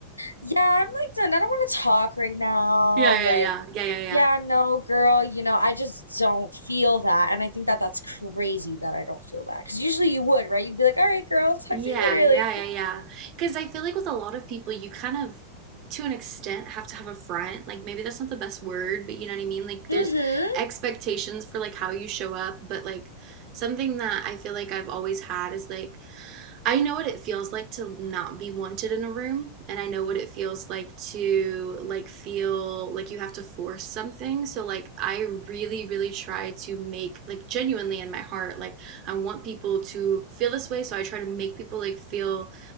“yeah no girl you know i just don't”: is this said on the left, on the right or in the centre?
Left